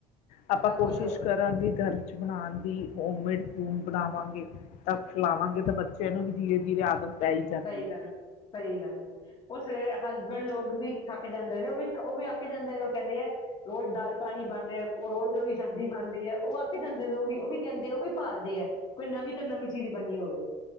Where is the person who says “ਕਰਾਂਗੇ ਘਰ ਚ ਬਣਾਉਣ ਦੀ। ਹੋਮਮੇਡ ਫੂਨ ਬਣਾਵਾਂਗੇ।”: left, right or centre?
Left